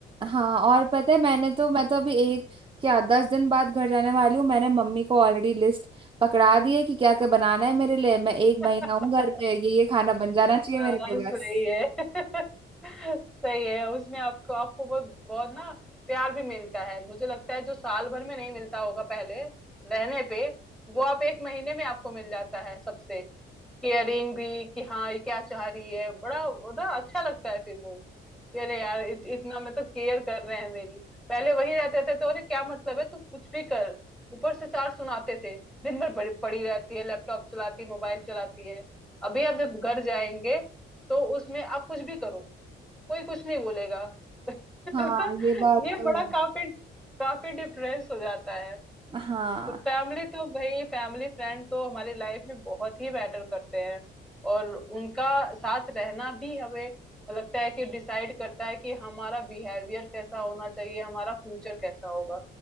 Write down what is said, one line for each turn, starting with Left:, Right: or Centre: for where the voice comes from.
Right: हाँ और पता है मैंने तो मैं तो अभी एक क्या दस दिन बाद घर जाने वाली हूँ मैंने मम्मी को ऑलरेडी लिस्ट पकड़ा दी है कि क्या क्या बनाना है मेरे लिए मैं एक
Centre: <laughs>
Right: महीना हूँ घर पे ये ये खाना बन जाना चाहिए
Centre: हाँ
Right: मेरे लिए
Centre: सही
Right: बस
Centre: है <laughs> सही है उसमें आपको आपको बहुत बहुत ना प्यार भी मिलता है मुझे लगता है जो साल भर में नहीं मिलता होगा पहले रहने पे वो आप एक महीने में आपको मिल जाता है सबसे केयरिंग भी कि हाँ ये क्या चाह रही है बड़ा बड़ा अच्छा लगता है फिर वो कि अरे यार इत, इतना मतलब केयर कर रहे हैं मेरी पहले वही रहते थे तो अरे क्या मतलब है तू कुछ भी कर ऊपर से चार सुनाते थे दिन भर बड़ी पड़ी रहती है लैपटॉप चलाती है मोबाइल चलाती है अभी आप जब घर जाएंगे तो उसमें आप कुछ भी करो कोई कुछ नहीं बोलेगा <laughs> तो
Right: हाँ ये बात
Centre: ये
Right: तो
Centre: बड़ा
Right: है
Centre: काफी काफी डिफरेंस हो जाता है
Right: हाँ
Centre: तो फैमिली तो भाई फैमिली फ्रेंड तो हमारी लाइफ में बहुत ही मैटर करते हैं और उनका साथ रहना भी हमें लगता है कि डिसाइड करता है कि हमारा बिहेवियर कैसा होना चाहिए हमारा फ्यूचर कैसा होगा